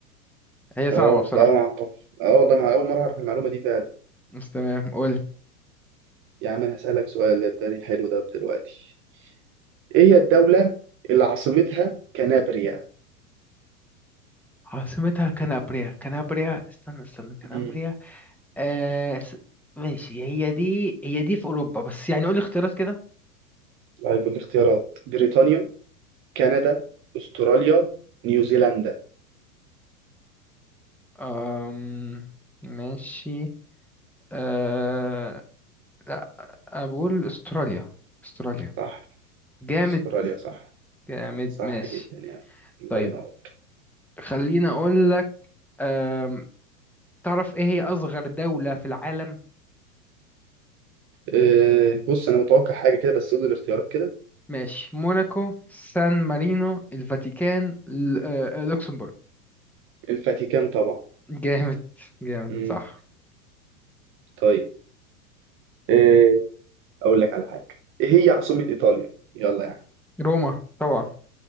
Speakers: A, in the centre; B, on the right.
A: هي صعبة
B: اه
A: بصراحة
B: لا ما اعرف اه والله ما اول مره اعرف المعلومه دي فعلا
A: بس تمام قول
B: يا عم انا هسالك سؤال تاني حلو ده دلوقتي ايه هي الدوله اللي عاصمتها كنابريا
A: عاصمتها كنابريا كنابريا استنى استنى كنابريا
B: مم.
A: آه س... ماشي هي دي هي دي في اوروبا بس يعني قول اختيارات كده
B: طيب الاختيارات بريطانيا كندا استراليا نيوزيلندا
A: أم... ماشي أه... لا بقول استراليا استراليا
B: صح
A: جامد
B: استراليا صح
A: جامد
B: صح
A: ماشي
B: جدا يعني الله
A: طيب.
B: ينور
A: خليني اقول لك أم، تعرف ايه هي اصغر دولة في العالم
B: أه بص انا متوقع حاجه كده بس قول لي الاختيارات كده
A: ماشي موناكو سان مارينو الفاتيكان ال- آه، آه، لوكسمبورغ
B: الفاتيكان طبعا
A: جامد جامد
B: مم.
A: صح
B: طيب أه اقول لك على حاجه ايه هي عاصمه ايطاليا يلا يعني
A: روما طبعا